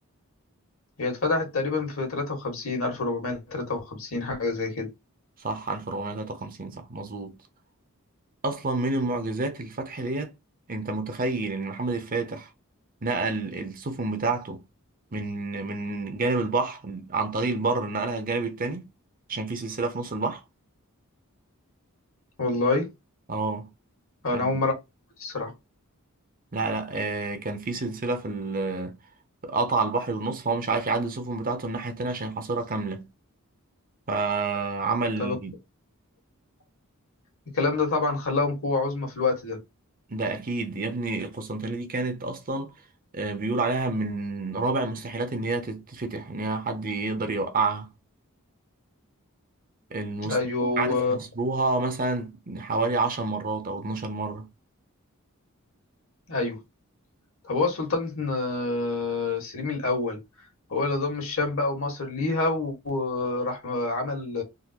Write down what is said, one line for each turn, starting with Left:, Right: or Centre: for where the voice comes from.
Left: هي اتفتحت تقريبا في 53 1453 حاجة زي كده
Right: صح 1453 صح مظبوط اصلا من المعجزات الفتح ديت انت متخيل ان محمد الفاتح نقل السفن بتاعته من من جانب البحر عن طريق البر نقلها الجانب التاني عشان في سلسلة في نص البحر
Left: والله
Right: اه
Left: أنا
Right: يعني
Left: أول مرة أعرف الصراحة
Right: لا لا آه كان في سلسلة في ال- قطع البحر بالنص فهو مش عارف يعدي السفن بتاعته الناحية التانية عشان يحاصرها كاملة فعمل
Left: طب الكلام ده طبعا خلاهم قوة عظمى في الوقت ده
Right: ده أكيد يا ابني القسطنطينية دي كانت أصلا آه، بيقول عليها من رابع المستحيلات إن هي تتفتح إن هي حد يقدر يوقعها المسلمين
Left: أيوه
Right: عارف حاصروها مثلا حوالي عشر مرات أو 12 مرة
Left: ايوه طب هو السلطان آه، سليم الاول هو اللي ضم الشام بقى ومصر ليها و- وراح عمل